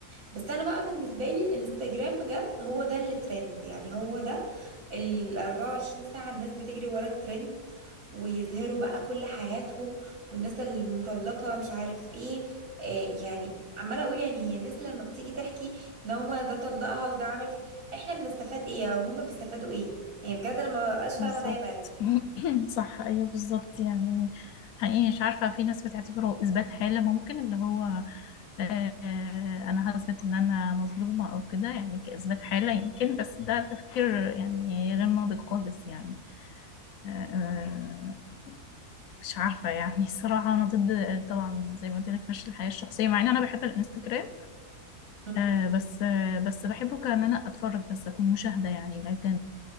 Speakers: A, on the right; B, on the left.
A: بس انا بقى بالنسبه لي الانستجرام بجد هو ده اللي ترند يعني هو ده ال 24 ساعه الناس بتجري ورا الترند ويظهروا بقى كل حياتهم والناس المطلقه مش عارف ايه آه يعني عماله اقول يعني هي الناس لما بتيجي تحكي ان هما ده طلقها وده عمل فيه احنا بنستفاد ايه او هما بيستفادوا ايه يعني بجد انا ما بقاش
B: بالظبط
A: فاهمه ده يا مريم
B: <clears throat> صح ايوه بالظبط يعني حقيقي مش عارفه في ناس بتعتبره اثبات حاله ممكن اللي هو آه انا هثبت ان انا مظلومه او كده يعني كاثبات حاله يمكن بس ده تفكير يعني غير ناضج خالص يعني آه آه، مش عارفه يعني <laughs> الصراحه انا ضد طبعا زي ما قلت لك مش الحياه الشخصيه مع ان انا بحب الانستجرام
A: مم.
B: آه بس آه بس بحبه كان انا اتفرج بس اكون مشاهده يعني لكن